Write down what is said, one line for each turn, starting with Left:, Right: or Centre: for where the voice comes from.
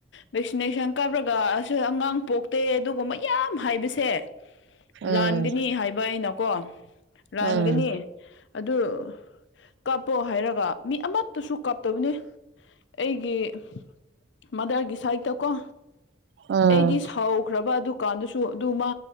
Left: ꯚꯦꯛꯁꯤꯅꯦꯁꯟ ꯀꯥꯞꯔꯒ ꯑꯁꯤ ꯑꯉꯥꯡ ꯄꯣꯛꯇꯦ ꯑꯗꯨꯒꯨꯝꯕ ꯌꯥꯝ ꯍꯥꯏꯕꯁꯦ
Right: ꯎꯝ
Left: ꯂꯥꯟꯒꯅꯤ ꯍꯥꯏꯕ ꯑꯩꯅꯥꯀꯣ ꯂꯥꯟꯒꯅꯤ
Right: ꯎꯝ
Left: ꯑꯗꯨ ꯀꯥꯞꯄꯣ ꯍꯥꯏꯔꯒ ꯃꯤ ꯑꯃꯠꯇꯁꯨ ꯀꯞ ꯇꯧꯒꯅꯤ ꯑꯩꯒꯤ ꯃꯥꯗꯔꯒꯤ ꯁꯥꯏꯠꯇ ꯀꯣ
Right: ꯎꯝ
Left: ꯑꯩꯗꯤ ꯁꯥꯎꯈ꯭ꯔꯕ ꯑꯥꯗꯨ ꯗꯨꯀꯥꯟꯗꯨꯁꯨ ꯑꯗꯨꯃꯥ